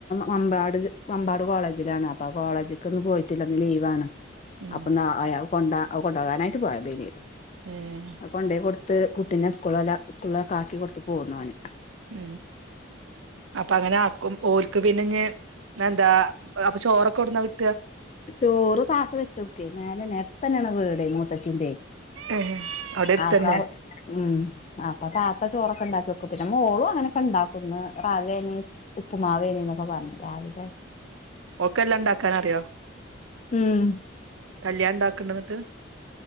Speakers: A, on the left; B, on the right.
A: മമ്പാട് മമ്പാട് കോളേജിലാണ് അപ്പൊ കോളേജക്ക് ഒന്ന് പോയിട്ടില്ലന്ന് ലീവാണ്.
B: ഉം
A: അപ്പൊ ന കൊ കൊണ്ടുപകാനായിട്ട് പോയതെനീ
B: ഏഹ്
A: അത് കൊണ്ട പോയി കൊടുത്ത് അത്ത് കുട്ടിനെ സ്കൂള സ്കൂളിലക്ക ആക്കി കൊടുത്തു പോന്ന് ഓന്
B: ഉ അപ്പൊ അങ്ങനെ ആക്കും ഓര്ക്ക് പിന്നെഞ് എന്താ അപ്പൊ ചോറൊക്കെ എവ്ടുന്ന കിട്ടാ
A: ചോറ് താത്ത വെച്ചോക്കെ മേലെ നരത്തനണ വീട മൂത്തച്ച്ചിന്റെറെ
B: ഏഹ് അവിടെ അടുത്തന്നെ
A: ആക്ക ഉം ആപ്പ താത്ത ചോറക്കെ ഉണ്ടാക്കി <inaudible> പിന്നെ മോളും അങ്ങനെയൊക്കെ ഉണ്ടാക്കുന്നു രാവനി ഉപ്പുമാവേനീന്നൊക്കെ പറഞ്ഞു രാവിലെ
B: ഒക്കെല്ലാം ഉണ്ടാക്കാൻ അറിയോ?
A: ഉം
B: കല്യാണ ഉണ്ടാക്കണ്ടന്നിട്ട്‌